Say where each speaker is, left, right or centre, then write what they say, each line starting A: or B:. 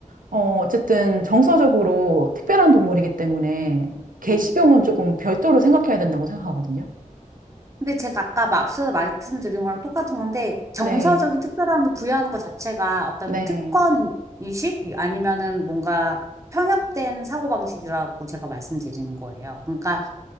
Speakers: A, on the right; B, on the right.
A: 어 어쨌든 정서적으로 특별한 동물이기
B: 음,
A: 때문에 개
B: 음.
A: 식용은 조금 별도로 생각해야 된다고 생각하거든요.
B: 근데 제가 아까 마- 앞서 말씀드린 거랑 똑같은 건데 정서적인
A: 네,
B: 특별함을 부여하는 것 자체가 어떤
A: 네,
B: 특권 의식 아니면은 뭔가 편협된 사고방식이라고 제가 말씀드리는 거예요. 그러니까